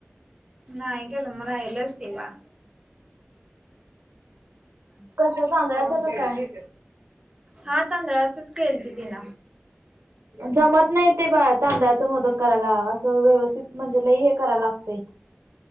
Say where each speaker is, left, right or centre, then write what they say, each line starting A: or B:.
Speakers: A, on the right (about 15°); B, on the right (about 90°).
A: नाही केलं मग राहिलच तेव्हा.
B: कसल तांदळाच काय.
A: हा तांदळाचस केेलत तीन.
B: जमत नाही ते बाळ तांदळाच मोदक करायला असं व्यवस्थित म्हणजे लय हे करायला लागते.